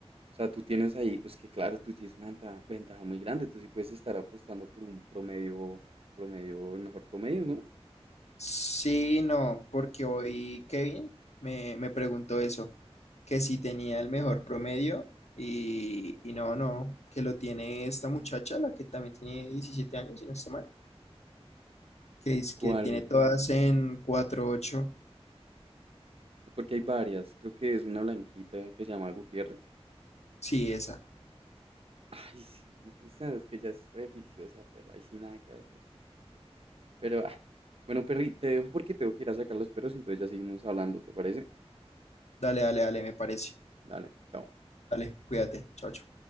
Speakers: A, on the right (about 60°); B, on the left (about 85°).
A: O sea, tú tienes ahí, es que claro, tú tienes una venta- ventaja muy grande, tú sí puedes estar apostando por un promedio, promedio, el mejor promedio, ¿no?
B: Sí, no, porque hoy Kevin me, me preguntó eso, que si tenía el mejor promedio y, y no, no, que lo tiene esta muchacha, la que también tiene 17 años, si no estoy mal, que es que
A: ¿Cuál?
B: tiene todas en cuatro punto ocho,
A: Porque hay varias, creo que es una blanquita que se llama Gutiérrez.
B: Sí, esa.
A: Ay, sí, pues, sabes que ya es re juiciosa, perro. Ahí sí nada que hacer. Pero, ah, bueno, Perry, te dejo porque tengo que ir a sacar los perros, entonces ya seguimos hablando, ¿te parece?
B: Dale, dale, dale, me parece.
A: Dale, chao.
B: Dale, cuídate. Chao, chao.